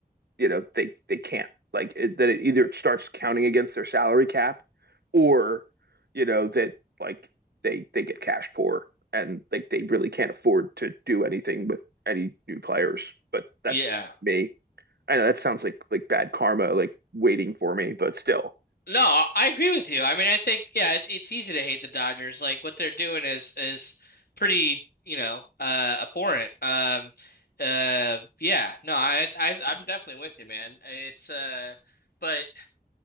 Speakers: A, on the right; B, on the left.
A: you know, they they can't like it, that it either it starts counting against their salary cap or you know that like they they get cash poor and like they really can't afford to do anything with any new players. But that's
B: yeah.
A: me. I know that sounds like like bad karma, like waiting for me, but still.
B: No, I agree with you. I mean, I think yeah, it's it's easy to hate the Dodgers. Like what they're doing is is pretty, you know, uh abhorrent. Um uh yeah, no, I I I'm definitely with you, man. It's uh but